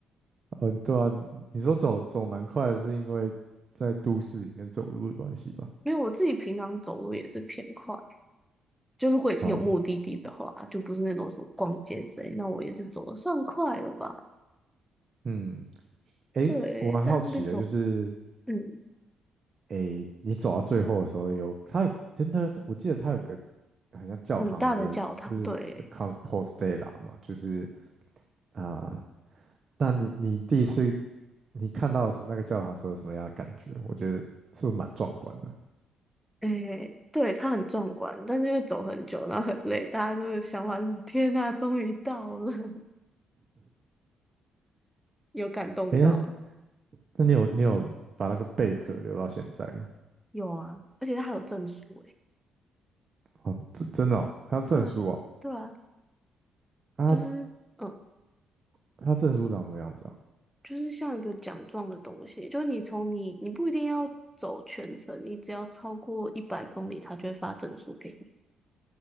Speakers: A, on the right; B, in the centre.
A: 哦，对啊，你你说走走蛮快的，是因为在都市里面走路的关系吧？
B: 因为我自己平常走路也是偏快，就如果已经有目的地的话，
A: 哦，
B: 就不是那种什么逛街之类，那我也是走的算快了吧。
A: 嗯，诶，
B: 对，
A: 我蛮好奇的，
B: 在那边走
A: 就是
B: 嗯，
A: 诶，你走到最后的时候有，他有真的，我记得他有个很像教堂的，
B: 很大的教堂，
A: 就是
B: 对，
A: Compos Dei 啦嘛，就是啊、那你你第一次你看到的是那个教堂的时候什么样的感觉？我觉得是不是蛮壮观的？
B: 诶，对，它很壮观，但是因为走很久，然后很累，大家就是想法就是天呐，终于到了，<laughs> 有感动到了，
A: 诶，那那你有你有把那个贝壳留到现在吗？
B: 有啊，而且它还有证书，诶，
A: 哦，真真的哦，还有证书哦，
B: 对啊，对啊，
A: 啊，
B: 就是嗯，
A: 它证书长什么样子啊？
B: 就是像一个奖状的东西，就是你从你你不一定要走全程，你只要超过一百公里，它就会发证书给你。